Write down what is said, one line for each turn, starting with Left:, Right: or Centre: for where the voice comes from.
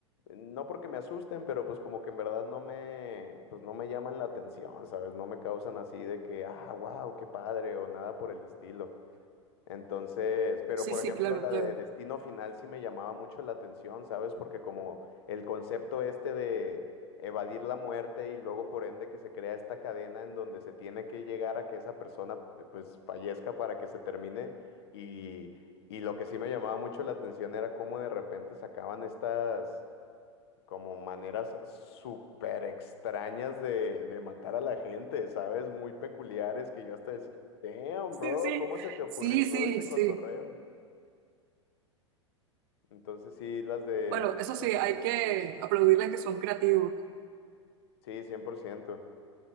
Left: no porque me asusten, pero pues como que en verdad no me, pues no me llaman la atención, ¿sabes? No me causan así de que, ah, wow, qué padre, o nada por el estilo. Entonces, pero
Right: sí,
Left: por
Right: sí,
Left: ejemplo,
Right: claro,
Left: la
Right: claro.
Left: de Destino Final sí me llamaba mucho la atención, ¿sabes? Porque como el concepto este de evadir la muerte y luego por ende que se crea esta cadena en donde se tiene que llegar a que esa persona pues fallezca para que se termine y, y lo que sí me llamaba mucho la atención era cómo de repente sacaban estas como maneras súper extrañas de, de matar a la gente, ¿sabes? Muy peculiares que yo hasta decía, damn,
Right: Sí,
Left: bro,
Right: sí,
Left: ¿cómo se te ocurrió
Right: sí,
Left: todo
Right: sí,
Left: este
Right: sí.
Left: cotorreo? Entonces sí, las de
Right: Bueno,
Left: estilo
Right: eso sí,
Left: final
Right: hay que
Left: sí me gustan.
Right: aplaudirles que son creativos.
Left: Sí, 100%.